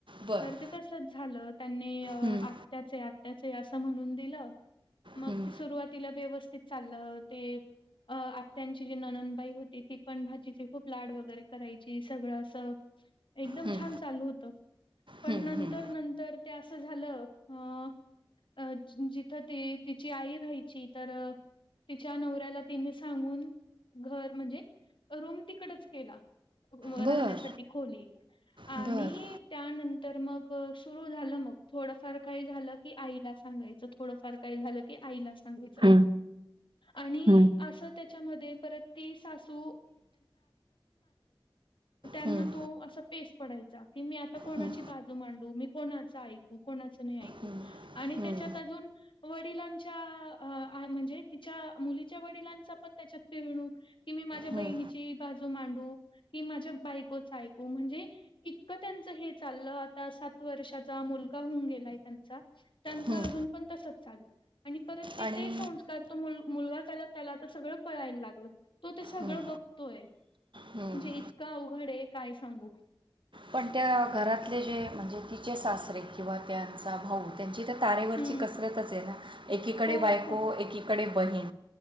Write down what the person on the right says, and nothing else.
बरं
हं,
हं,
हं,
हं,
हं.
बरं,
बरं.
हं,
हं.
हं,
हं,
हं,
हं,
हं,
हं.
आणि
हं,
हं.
पण त्या घरातले जे म्हणजे तिचे सासरे किंवा त्यांचा भाऊ त्यांची तर तारेवरची
कसरतच आहे ना एकीकडे
बायको
एकीकडे बहीण.